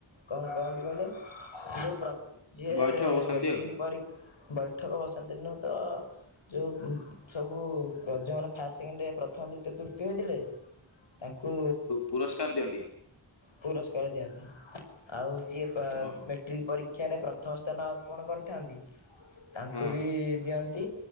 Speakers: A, on the left; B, on the left.
A: କଣ କରନ୍ତି କହିଲେ ଯୋଉ ପ୍ର ଯିଏ
B: ବୈଠକ ବସନ୍ତି
A: ମେଟ୍ରିକ
B: ଆଉ
A: ପରି ବୈଠକ ବସାନ୍ତି ନୁହଁ ତ ଯୋଉ ସବୁ ପ୍ରଜାମାନେ ଫାଷ୍ଟ ସେକେଣ୍ଡରେ ପ୍ରଥମ, ଦ୍ୱିତୀୟ, ତୃତୀୟ ହୋଇଥିଲେ ତାଙ୍କୁ
B: ପୁରସ୍କାର ଦିଅନ୍ତି
A: ପୁରସ୍କାର ଦିଅନ୍ତି। ଆଉ ଯିଏ ମେଟ୍ରିକ
B: ଓହୋ
A: ପରୀକ୍ଷାରେ ପ୍ରଥମ ସ୍ଥାନ ଅର୍ପଣ କରିଥାନ୍ତି। ତାଙ୍କୁ
B: ହଁ
A: ବି ଦିଅନ୍ତି।